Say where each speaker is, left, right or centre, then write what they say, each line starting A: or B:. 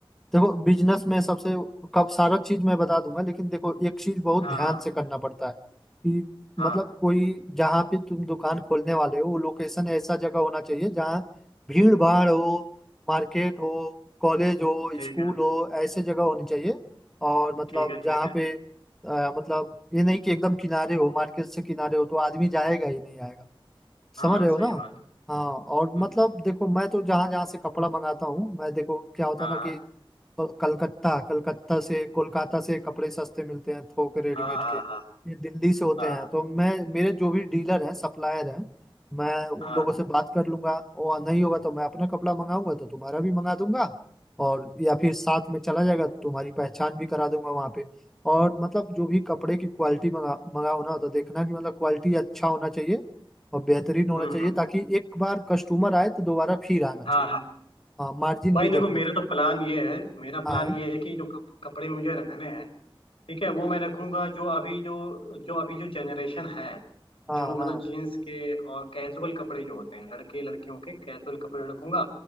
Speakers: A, in the centre; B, on the left.
A: देखो बिजनेस में सबसे कब सारा चीज मैं बता दूंगा लेकिन देखो एक चीज बहुत
B: हाँ
A: ध्यान से करना पड़ता है कि
B: हाँ
A: मतलब कोई जहाँ पे तुम दुकान खोलने वाले हो वो लोकेशन ऐसा जगह होना चाहिए जहाँ भीड़ भाड़ हो मार्केट हो कॉलेज हो
B: ठीक
A: स्कूल
B: है
A: हो ऐसे जगह होनी चाहिए और मतलब
B: ठीक है
A: जहाँ
B: ठीक है
A: पे अ, मतलब ये नहीं कि एकदम किनारे हो मार्केट से किनारे हो तो आदमी जाएगा ही नहीं आएगा समझ
B: हाँ
A: रहे
B: सही
A: हो ना
B: बात
A: हाँ और
B: हम्म,
A: मतलब देखो मैं तो जहाँ जहाँ से कपड़ा मंगाता हूँ मैं देखो क्या होता
B: हाँ
A: है ना कि और कलकत्ता कलकत्ता से कोलकाता से कपड़े सस्ते मिलते हैं थोक रेडीमेड
B: हाँ हाँ
A: के ये
B: हाँ
A: दिल्ली से होते हैं
B: हाँ
A: तो मैं मेरे जो भी डीलर हैं सप्लायर हैं मैं
B: हाँ
A: उन लोगों से बात कर लूंगा और नहीं होगा तो मैं अपना कपड़ा मंगाऊंगा तो तुम्हारा भी मंगा दूंगा और या फिर साथ में चला जाएगा तो तुम्हारी पहचान भी करा दूंगा वहां पे और मतलब जो भी कपड़े की क्वालिटी मंगा मंगाओ ना तो देखना कि मतलब क्वालिटी अच्छा होना चाहिए और बेहतरीन होना
B: हम्म
A: चाहिए
B: हम्म,
A: ताकि एक बार कस्टमर आए तो दोबारा फिर आना
B: हाँ
A: चाहिए
B: हाँ।
A: हाँ मार्जिन
B: भाई
A: भी
B: देखो
A: देखना
B: मेरा
A: चाहिए
B: तो प्लान ये है मेरा
A: हाँ
B: प्लान ये है कि जो कप- कपड़े मुझे रखने हैं ठीक है वो मैं रखूंगा जो अभी जो जो अभी जो जनरेशन है
A: हाँ
B: जो मतलब
A: हाँ
B: जीन्स के और कैजुअल कपड़े जो होते हैं लड़के लड़कियों के कैजुअल कपड़े रखूंगा